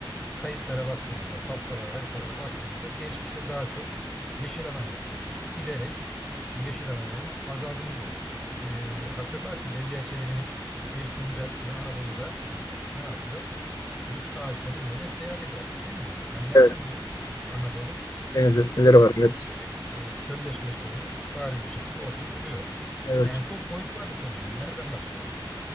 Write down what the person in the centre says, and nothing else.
Kayıtlara baktığımızda, paftalara, haritalara baktığımızda geçmişte daha çok yeşil alan görüyoruz. Giderek bu yeşil alanların azaldığını görüyoruz. Bir- bir- hatırlarsın Evliya Çelebi'nin Bir Sincap diyor Anadolu'da ne yapıyor? Hiç ağaçtan inmeden seyahat eder diyor değil mi? Hani nerede
bu Anadolu?
Baktığımızda
bir e, çölleşme sorunu bariz bir şekilde ortada duruyor.
Yani çok boyutu var bu konunun. Nereden başlayalım?